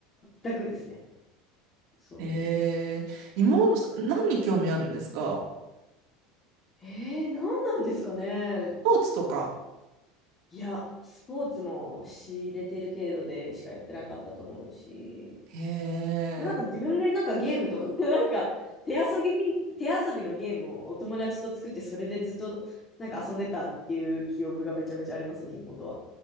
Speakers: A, on the left; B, on the right.
A: 全くですね。そ
B: ー、えー、妹さん何に興味あるんですか
A: う。えー、何なんですかね。
B: スポーツとか。
A: いや、スポーツも仕入れてる程度でしかやってなかったと思うし、
B: へえ、
A: まあなんか自分でなんかゲームとか、<laughs> なんか手遊びみ、手遊びのゲームをお友達と作って、それでずっとなんか遊んでたっていう記憶がめちゃめちゃありますね、妹は。